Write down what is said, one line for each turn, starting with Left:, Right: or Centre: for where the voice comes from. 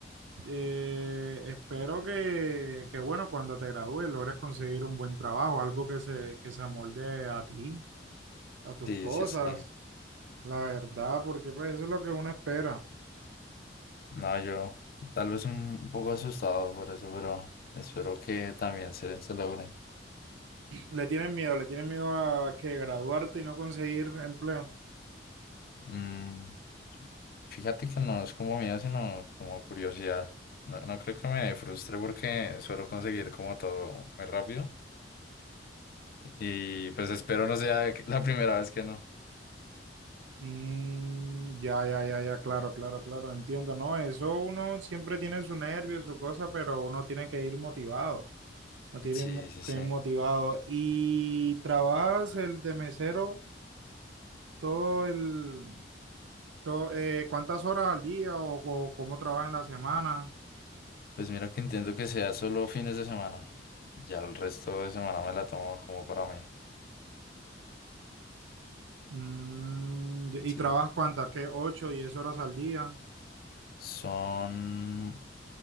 Right: eh, espero que, que, bueno, cuando te gradúes logres conseguir un buen trabajo, algo que se, que se amolde a ti, a tus
Left: Sí,
Right: cosas,
Left: sí, sí.
Right: la verdad, porque pues eso es lo que uno espera.
Left: No, yo tal vez un poco asustado por eso, pero espero que también se, se logre.
Right: Le tienen miedo, le tienen miedo a que graduarte y no conseguir empleo.
Left: Mm, fíjate que no es como miedo, sino como curiosidad. No, no creo que me frustre porque suelo conseguir como todo muy rápido y pues espero no sea <laughs> que- la primera vez que no.
Right: Mm, ya, ya, ya, ya, claro, claro, claro, entiendo, ¿no? Eso uno siempre tiene su nervio, su cosa, pero uno tiene que ir motivado, no tiene
Left: Sí,
Right: mo-
Left: sí, sí.
Right: que ir motivado. ¿Y trabajas el de mesero todo el, To- eh, ¿cuántas horas al día o, co- cómo trabajas en la semana?
Left: Pues mira que intento que sea solo fines de semana. Ya el resto de semana me la tomo como para mí.
Right: Mm, y
Left: Sí.
Right: y trabajas cuántas, ¿qué? ¿Ocho, diez horas al día?
Left: Son